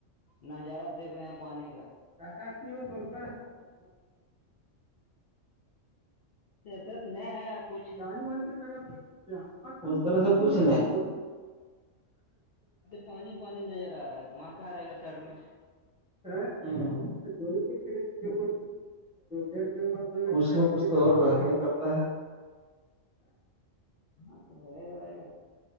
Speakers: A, on the left (about 55°); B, in the centre.
A: نظارہ دیکھ رہے ہیں پانی کا
B: آکش میں درک
A: دست نہیں ہے کچھ
B: گاڑی والے کی طرف اس طرح سے کچھ نہیں
A: پانی پانی نظر آ رہا ہے تو وہاں کہاں رہے گا سر میں
B: ہ د م چڑے د دڑ بر گی کچھ نہیں کچھ تو ہو رہ ہی کرتا ہے
A: ہاں تو رہ گا ہے